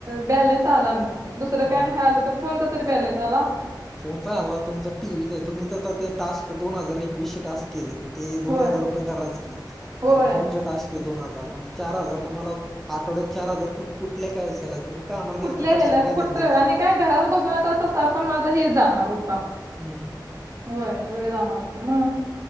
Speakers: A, on the right (about 45°); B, in the centre.
A: बॅलेन्स आला ना दुसरं
B: हम्म
A: काय न ह्यायलं तर फोनचा तरी बॅलेन्स आला
B: को चालला तुमं टीव्हीच आहे तुम्ही तर ते टास्क दो हजार एकवीशे टास्क केले ते दोन
A: होय
B: हजार रुपये धराच की
A: होय
B: आणि फोन चे टास्क हे दोन हजार म्हणजे चार हजार तुम्हाला आठवड्यात चार हजार कुठ कुठल्या तुम्ही कामाला
A: कुठल्या
B: गेला तर
A: ह्याला
B: पाचशे हजरी
A: कुठं
B: देत
A: आणि
B: नाहित
A: काय घरात बसूनता तस आपण माझा हे जाणार होता
B: हम्म
A: होय वेळ जाणार मग